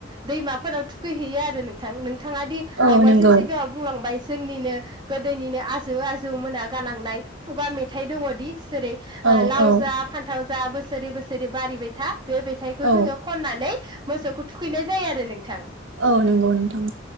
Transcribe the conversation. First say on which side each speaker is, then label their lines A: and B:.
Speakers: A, on the right; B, on the right.
A: दैमाफोराव थुखैहैयो आरो नोंथां नो थाङा दि
B: औ
A: आवगायसो
B: नंगौ
A: सिगाङाव बुंलांबायस जोंनिनो गोदोनिनो आजौ आजौ मोना गालांनाय खुगा मेथाइ दङदि जेरै
B: औ
A: लाव
B: औ
A: जा फान्थाव जा बोसोरै बोसो जेरै बारिबाय था बे मेथाइखौ
B: औ
A: जोङो खननानै मोसौखौ थुखैनाय जायो आरो नोंथां।
B: औ नंगौ नोंथां।